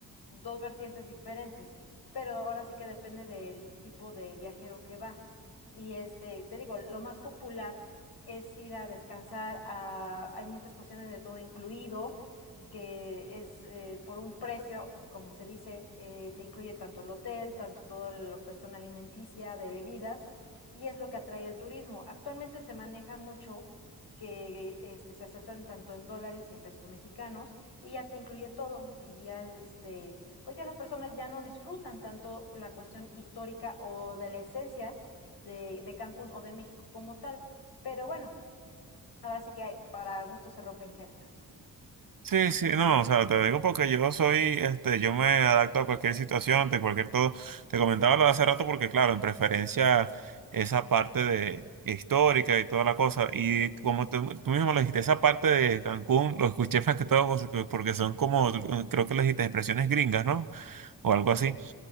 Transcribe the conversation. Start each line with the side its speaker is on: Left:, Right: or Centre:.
Left: dos vertientes diferentes, pero ahora sí que depende del tipo de viajero que va. Y este, te digo, lo más popular es ir a descansar, a, hay muchas cuestiones de todo incluido, que es eh, por un precio, como se dice, eh, te incluye tanto el hotel, tanto todo lo que es zona alimenticia, de bebidas, y es lo que atrae el turismo. Actualmente se maneja mucho que este, se aceptan tanto en dólares y en pesos mexicanos y ya te incluye todo y ya este pues ya las personas ya no disfrutan tanto la cuestión histórica o de la esencia de, de Cancún o de México como tal. Pero bueno, ahora sí que hay, para gusto se rompen géneros.
Right: Sí, sí, no, o sea, te digo porque yo soy, este, yo me adapto a cualquier situación, de cualquier todo. Te comentaba lo de hace rato porque, claro, en preferencia esa parte de histórica y toda la cosa. Y como tú, tú mismo lo dijiste, esa parte de Cancún, lo escuché más que todo porque son como, creo que le dijiste expresiones gringas, ¿no? O algo así.